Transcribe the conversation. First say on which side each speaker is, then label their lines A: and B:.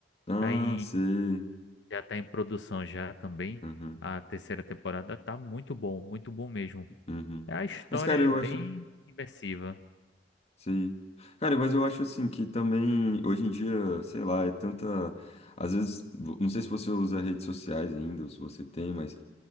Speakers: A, on the left; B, on the left.
A: Ah,
B: tá em
A: sei.
B: já tá em produção já também.
A: Uhum,
B: A terceira temporada tá muito bom, muito bom mesmo.
A: uhum.
B: A história
A: Mas, cara,
B: é
A: eu
B: bem
A: acho.
B: imersiva.
A: Sim. Cara, mas eu acho assim que também hoje em dia, sei lá, é tanta. Às vezes, vo- não sei se você usa redes sociais ainda, ou se você tem, mas